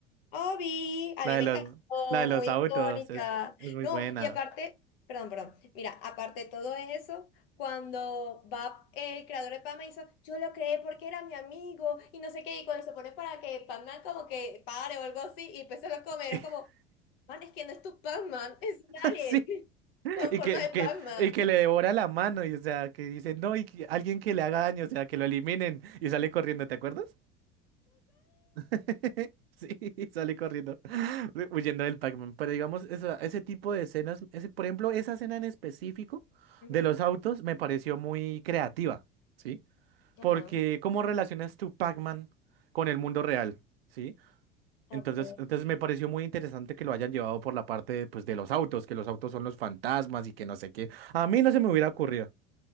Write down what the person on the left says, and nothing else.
Obi, a
mí
me
encantó,
muy
icónica.
No,
y aparte, perdón, perdón. Mira, aparte de todo eso, cuando va el creador de Pam hizo, yo lo creé porque era mi amigo y no sé qué, y cuando se pone para que Pac-Man como que pare o algo así y pues se lo come,
era como, man, es que no es tu Pac-Man, es un alien
<laughs> con
forma
de
Pac-Man.
Ujú.
Ajá.
Ok.